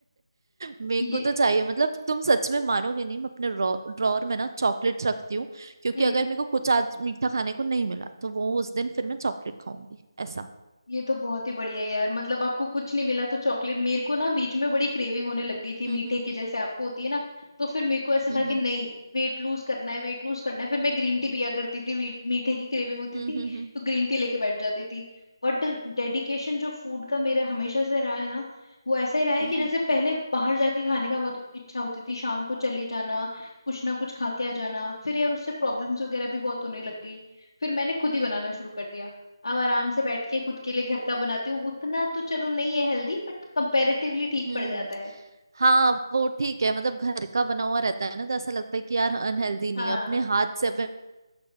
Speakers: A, on the right (about 55°); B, on the left (about 65°).
A: मेरे
B: ये
A: को तो चाहिए मतलब तुम सच में मानोगे नहीं मैं अपने ड्रॉर में ना चॉकलेट्स रखती हूँ क्योंकि
B: हम्म
A: अगर मेरे को कुछ आज मीठा खाने को नहीं मिला तो वो उस दिन फिर मैं चॉकलेट खाऊंगी ऐसा
B: ये तो बहुत ही बढ़िया है यार मतलब आपको कुछ नहीं मिला तो चॉकलेट मेरे को ना बीच में बड़ी क्रेविंग होने लग गई थी
A: हम्म
B: मीठे की जैसे आपको होती है ना तो फिर मेरे को ऐसा
A: हम्म
B: था कि
A: हम्म
B: नहीं वेट लूज करना है वेट लूज करना है फिर मैं ग्रीन टी पिया करती थी वी- मीठे की क्रेविंग होती
A: हम्म
B: थी
A: हम्म
B: तो ग्रीन टी लेके बैठ जाती थी बट डेडिकेशन जो फूड का मेरा हमेशा से रहा है ना वो ऐसा ही रहा है
A: हम्म
B: कि जैसे
A: हम्म,
B: पहले बाहर जाके खाने का बहुत इच्छा होती थी शाम को चले जाना कुछ ना कुछ खा के आ जाना फिर यार उससे प्रॉब्लम्स वगैरह भी बहुत होने लग गई फिर मैंने खुद ही बनाना शुरू कर दिया अब आराम से बैठ के खुद के लिए घर का बनाती हूँ उतना तो चलो नहीं है हेल्दी बट कंपैरेटिवली ठीक
A: हम्म।
B: पड़ जाता है
A: हाँ वो ठीक है मतलब घर का बना हुआ रहता है ना तो ऐसा लगता है कि यार अनहेल्दी नहीं
B: हाँ
A: है अपने हाथ से अपने